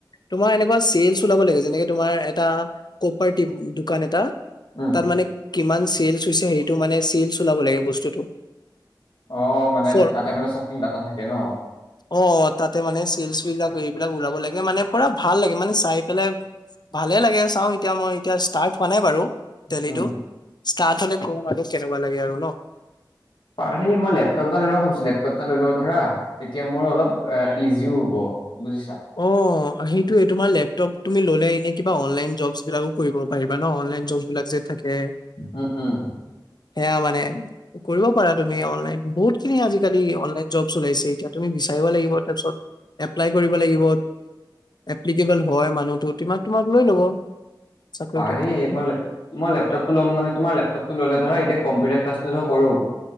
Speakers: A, on the left; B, on the left.
A: তোমাৰ এনেকোৱা চেলছ ওলাব লাগে যেনেকে তোমাৰ এটা কপাৰ্টি দোকান এটা।
B: উম,
A: তাত মানে কিমান চেলচ হৈছে সেইটো মানে চেলচ ওলাব লাগে বস্তুটো।
B: অ মানে
A: ফৰ
B: তাতে মানে শ্বপিং কটা থাকে ন।
A: অ তাতে মানে চিলচ বিলাক এইবিলাক ওলাব লাগে মানে পুৰা ভাল লাগে মানে চাই পেলাই। ভালে লাগে চাওঁ এতিয়া মই এতিয়া ষ্টাৰ্ট হোৱা নাই বাৰু টেলিতো।
B: উম।
A: ষ্টাৰ্ট হলে কম আৰু কেনেকোৱা লাগে আৰু ন।
B: পাৰি মই লেপটপ এটা লৈ লওঁ ভাবিছো, লেপটপ এটা লৈ লওঁ ধৰা তেতিয়া মোৰ অলপ ইজিও হ'ব। বুজিছা
A: অ সেইটোৱে তোমাৰ লেপটপ তুমি ল'লে এনেই কিবা অনলাইন জব বিলাকো কৰিব-। পাৰিবা ন' অনলাইন জব বিলাক যে থাকে।
B: উম, উম।
A: সেয়া মানে-। কৰিব পাৰা তুমি অনলাইন বহুত-। খিনি আজিকালি অনলাইন জব চলাইছে এতিয়া তুমি বিচাৰি লাগিব তাৰপিছত এপ্লাই কৰিব লাগিব। এপ্লি কিবল হয় মানুহ টো তোমাক তোমাক লৈ ল'ব। চাকৰিটোত
B: পাৰি মই মই লেপটপটো ল'ম মানে তোমাৰ লেপটপ টো ল'লে ধৰা- কম্পিউটাৰ ক্লাছল টো কৰো